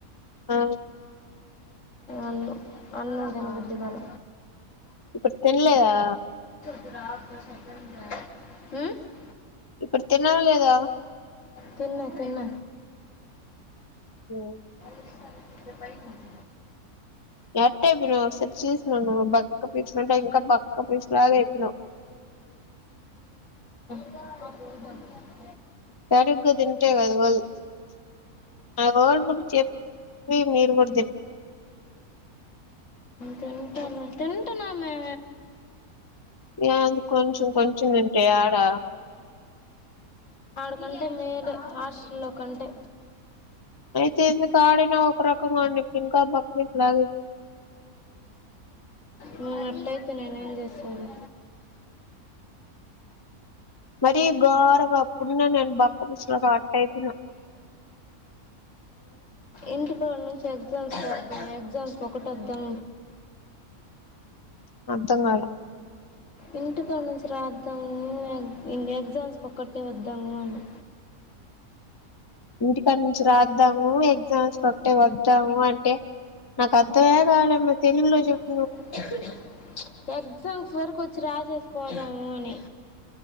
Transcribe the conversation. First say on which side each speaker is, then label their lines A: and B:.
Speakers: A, on the left (about 30°); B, on the left (about 55°).
A: ఆ
B: అన్ను, అన్నం తిన ఉద్ధిగాల
A: ఇప్పుడు తిన్లేదా.
B: ఉ
A: ఇప్పుడు తినాల్ లేదా.
B: తిన్న తిన్న
A: ఉ
B: పను
A: ఎట్టైయ్ పొయినవ్ ఒసరి చీస్న నువు బక్క పీచునంక ఇంకా బక్క పిచులాగ అయ్ పినవ్.
B: బ అ
A: తరుగ్గ తింటే కదవొల్, ఆవొల్ చె ప్పి మీరుకు
B: తని తింటనమే
A: ఏంది కొంచెం కొంచం తింటే యాడా
B: అంటే మేలు హోస్ట్ లో కంటే
A: అయితే ఎందు ఆడినా ఒక రకంగా ఉం ఇంకా బక్వి లాగ
B: మేనట్టయితే నేనేం చేశాడు
A: మర గారగా అప్పుడున్న నేను బక్క పసులా అట్ట అయిపోయిన
B: ఇంటికాడ నుంచి ఎగ్జామ్స్ ఎగ్జామ్స్ ఒకటి వద్దాం
A: అర్థం కాాల
B: ఇంటికాడ నుంచి రాద్దాము ఎగ్జామ్స్కి ఒక్కటే వద్దాము అని
A: ఇంటికాడ నుంచి రా వద్దాము ఎగ్జామ్స్ ఒకటే వద్దాము అంటే నాకు అర్థమే <unintelligible> మ తెలుగులో చెప్
B: <unintelligible> ఎగజామ్స్ వరకు వచ్చి రాసేస్ పోదాము అని